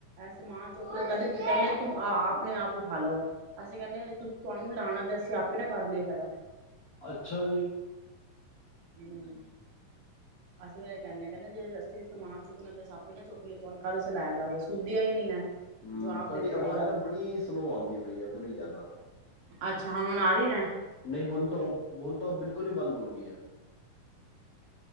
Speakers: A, on the right; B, on the left.
A: ਐਸ ਮਾਂ ਕਹਿੰਦੇ-ਕਹਿੰਦੇ ਤੁਮ ਆ ਆਪਣੇ ਆਪ ਉਠਾ ਲੋ, ਅਸੀਂ ਕਹਿੰਦੇ ਤੁਹਾਨੂੰ ਲਾਣਾ ਤੇ ਅਸੀਂ ਆਪੇ ਨਾ ਕਰ ਲਈ ਫੇਰ।
B: ਅੱਛਾ ਜੀ।
A: ਹੂੰ। ਅਸੀਂ ਵੀ ਇਹੀ ਕਹਿਨੇ ਕਹਿੰਦੇ ਜੇ ਅਸੀਂ ਸਮਾਨ ਚੁੱਕਣਾ ਤੇ ਸੱਪ ਨਾ ਚੁੱਕ ਲਏ, ਤੁਹਾਨੂੰ ਕਾਹਦੇ ਦੇ ਵਾਸਤੇ ਲਾਇਆ ਦਾ ਹੈ ਸੁਣਦੀਆਂ ਹੀ ਨਹੀਂ ਹੈ।
B: ਹੂੰ,
A: ਜਵਾਬ
B: ਤੁਹਾਡੀ
A: ਦੇ ਕੇ ਚਲੇ
B: ਆਵਾਜ਼
A: ਜਾਂਦੇ
B: ਨਾ ਬੜੀ
A: ਨੇ
B: ਸਲੋਅ ਆਉਂਦੀ ਪਈ ਹੈ ਬੜੀ ਜ਼ਿਆਦਾ
A: ਅੱਛਾ, ਹਾਂ ਹੁਣ ਆ ਰਹੀ ਹੈ।
B: ਨਹੀਂ ਹੁਣ ਹੁਣ ਤੋ ਬਿਲਕੁਲ ਹੀ ਬੰਦ ਹੋ ਗਈ ਹੈ।